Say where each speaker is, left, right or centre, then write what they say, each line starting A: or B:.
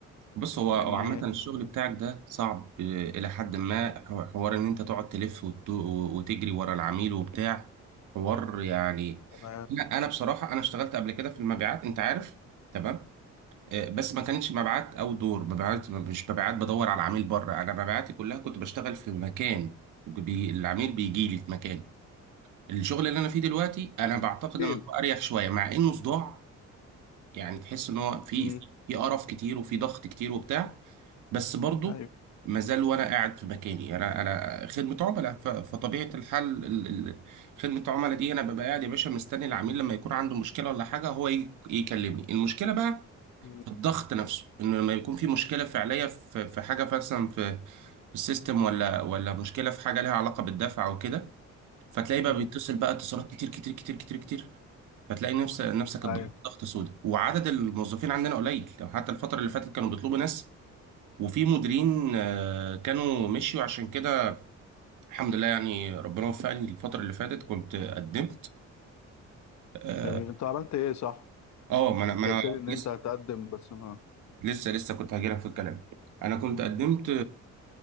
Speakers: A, on the right (about 80°); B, on the left (about 65°).
A: بص هو
B: يعني
A: هو عامة الشغل بتاعك ده صعب آه، إلى حد ما حو- حوار إن أنت تقعد تلف وت- وتجري ورا العميل وبتاع حوار يعني
B: تمام
A: لا أنا بصراحة أنا اشتغلت قبل كده في المبيعات أنت عارف تمام آه، بس ما كانتش مبيعات أو دور مبيعات مش مبيعات بدور على العميل بره أنا مبيعاتي كلها كنت بشتغل في مكان بي العميل بيجي لي في مكان الشغل اللي أنا فيه دلوقتي أنا بعتقد
B: تيل
A: إنه أريح شوية مع إنه صداع يعني تحس إن هو في
B: مم.
A: في في قرف كتير وفي ضغط كتير وبتاع بس برضه
B: ايوه
A: ما زال وانا قاعد في مكاني انا انا خدمه عملاء ف- فطبيعه الحال ال- ال- خدمه العملاء دي انا ببقى قاعد يا باشا مستني العميل لما يكون عنده مشكله ولا حاجه هو ي- يكلمني المشكله بقى
B: مم.
A: في الضغط نفسه انه لما يكون في مشكله فعليه في في حاجه مثلا في في السيستم ولا ولا مشكله في حاجه لها علاقه بالدفع او كده فتلاقيه بقى
B: مم.
A: بيتصل بقى اتصالات كتير كتير كتير كتير كتير فتلاقي نفس نفسك الضغط
B: ايوه
A: ضغط سودا وعدد الموظفين عندنا قليل لو حتى الفتره اللي فاتت كانوا بيطلبوا ناس وفي مديرين آه، كانوا مشيوا عشان كده الحمد لله يعني ربنا وفقني الفترة اللي فاتت كنت قدمت اه
B: جميل انت عملت ايه صح
A: آه، ما انا ما
B: انت
A: انا
B: قلت لي ان
A: لسه
B: انت هتقدم بس ما
A: لسه لسه كنت هجيلك في الكلام انا كنت قدمت